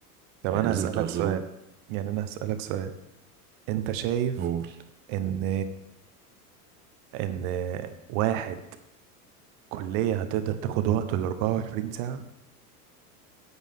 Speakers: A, on the right (about 60°); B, on the right (about 25°).
A: طب
B: يعني
A: انا
B: لازم
A: هسألك
B: تعذروه
A: سؤال يعني انا هسألك سؤال انت شايف
B: قول
A: ان ان واحد كلية هتقدر تاخد وقته ال 24 ساعة